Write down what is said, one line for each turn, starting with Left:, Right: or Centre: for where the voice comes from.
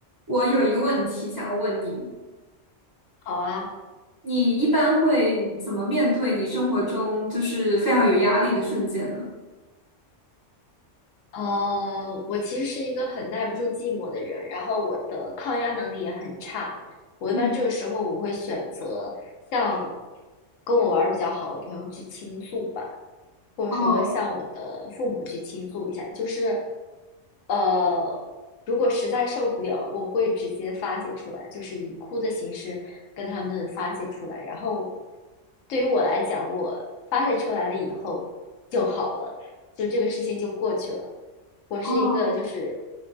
Right: 我有一个问题想要问你，
Left: 好啊，
Right: 你一般会怎么面对你生活中就是非常有压力的瞬间呢？
Left: 呃，我其实是一个很耐不住寂寞的人，然后我的抗压能力也很差。我一般这个时候我会选择向
Right: 嗯，
Left: 跟我玩的比较好的朋友去倾诉吧。或者说向我的父母去倾诉一下。
Right: 哦
Left: 就是，呃，如果实在受不了，我会直接发泄出来，就是以哭的形式跟他们发泄出来。然后，对于我来讲，我发泄出来了以后就好了，就这个事情就过去了。我是一个就是
Right: 哦，